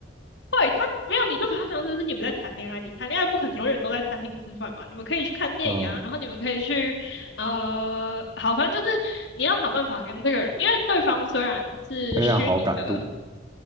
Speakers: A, on the left; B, on the right.
A: 对，他没有，你就把它当成是你们在谈恋爱，你谈恋爱不可能永远都在餐厅吃饭嘛，你们可以去看电影啊，
B: 嗯，
A: 然后你们可以去呃，好，反正就是你要想办法跟这个人，因为对方虽然是虚拟的
B: 培养好感度，